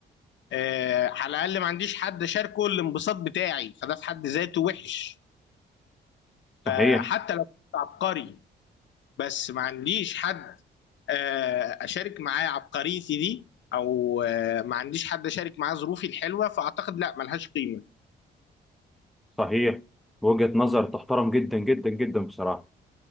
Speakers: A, on the left; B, in the centre.
A: أه على الاقل ما عنديش حد شاركه الانبساط بتاعي فده في حد ذاته وحش
B: صحيح
A: فحتى لو كنت عبقري بس ما عنديش حد آه، اشارك معاه عبقريتي دي او آه، ما عنديش حد اشارك معاه ظروفي الحلوه فاعتقد لا ملهاش قيمه
B: صحيح وجهة نظر تحترم جدا جدا جدا بصراحة